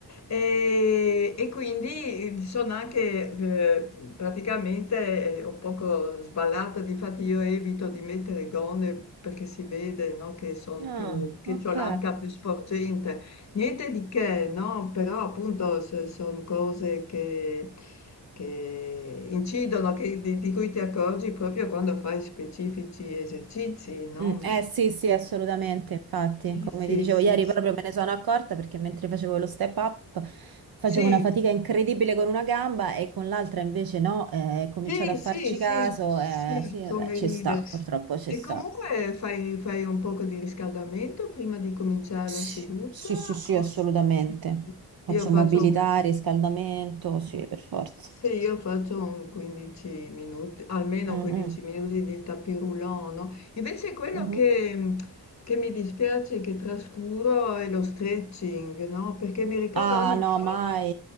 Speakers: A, on the left (about 40°); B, on the right (about 60°).
A: Ehm, e quindi sono anche, ehm, praticamente, ehm, un poco sballata, difatti io evito di mettere gonne perché si vede, no, che son
B: Ah,
A: più che
B: ok.
A: c'ho l'anca più sporgente. Niente di che, no? Però appunto sono cose che, che incidono, che- di, di cui ti accorgi proprio quando fai specifici esercizi, no?
B: Mm, eh sì, sì, assolutamente, infatti,
A: Sì,
B: come
A: sì,
B: ti dicevo
A: sì,
B: ieri proprio me ne sono accorta perché mentre facevo lo step up facevo
A: sì,
B: una fatica incredibile con una gamba e con l'altra invece no, eh, ho cominciato
A: sì,
B: a farci
A: sì, sì,
B: caso
A: sì,
B: e sì,
A: come
B: vabbè, ci
A: ridere.
B: sta, purtroppo ci
A: E
B: sta.
A: comunque fai, fai un poco di riscaldamento prima di cominciare
B: Sì,
A: la seduta?
B: sì, sì, sì,
A: o-
B: assolutamente.
A: Sì, sì.
B: Faccio
A: Io faccio
B: mobilità,
A: un
B: riscaldamento, sì, per forza.
A: Se io faccio un 15 minuti, almeno
B: Mm,
A: 15
B: mm,
A: minuti di tapis roulant, no? Invece quello
B: mhm.
A: che, mm, che mi dispiace, che trascuro, è lo stretching, no? Perché mi ricordo
B: Ah,
A: anni
B: no,
A: fa,
B: mai.